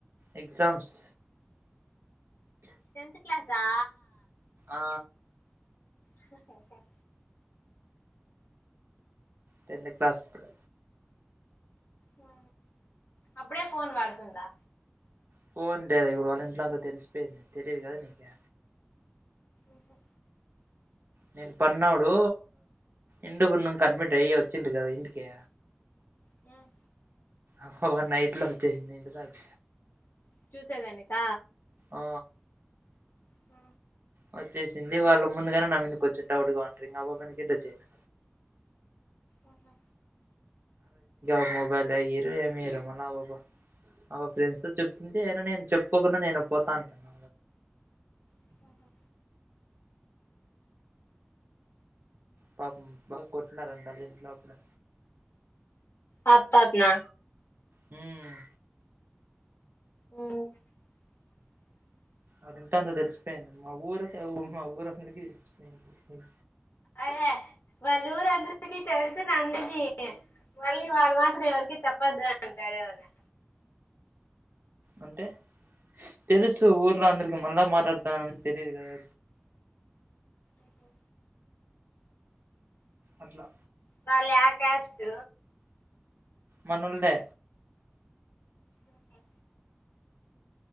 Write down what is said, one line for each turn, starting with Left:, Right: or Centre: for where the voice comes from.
Right: ఎగ్జామ్స్
Left: టెన్త్ క్లాసా
Right: ఆ
Left: హ హ హ హ
Right: టెన్త్ క్లాస్ ఇప్పుడు
Left: హా అప్పుడే ఫోన్ వాడుతుందా
Right: ఫోనుంటది ఇప్పుడు వాళ్ళ ఇంట్లో అంతా తెలిసిపోయింది తెలియదు కదా నీకి
Left: ఉహు
Right: నిన్న పడీనోడు ఇందగున్ను అడ్మిట్ ఐవాచిండు కాదైంటికే
Left: హ్మ్
Right: అసల్ నైట్ లో వచ్చేసింది ఇంటి దాక
Left: చూసేదానిక
Right: హ
Left: హ
Right: వచ్చేసింది వాళ్ళ ముందుగానే నా మీద కొంచెం డౌట్ గా ఉంటారు ఇంకా పాప ఎనకీడితి వచ్చేసింది
Left: అహా
Right: ఒక మొబైల్ ఇయరు ఎం ఇయరు మల్లా పాప ఆ పాప ఫ్రెండ్స్ తో చెప్తుంది అయినా నేను చెప్పుకోకుండా నేను పోతాంటాను
Left: అహ
Right: పాపం బాగా కొట్టినారంట ఆల్లింట్లో అప్పుడు
Left: ఆ పాపనా
Right: హ్మ్మ్
Left: హుమ్ <inaudible>
Right: అల్లింట్లో అంత తెలిసిపోయింది మా ఊరుకఊ మా ఊరందరికి తెలిసిపోయింది
Left: అదే వాళ్ళూరందరికీ తెలుసు నందికీ మళ్ళీ వాడు మాత్రం ఎవరికి చెప్పొద్దు అని అంటడు కదమే
Right: అంటే తెలుసు ఊర్లో అందరికి మళ్ళా మాట్లాడతన్నానని తెలిదు కదా
Left: ఆహ
Right: అట్లా
Left: వాళ్ళు యా కాస్ట్
Right: మనోళ్లే
Left: ఆహ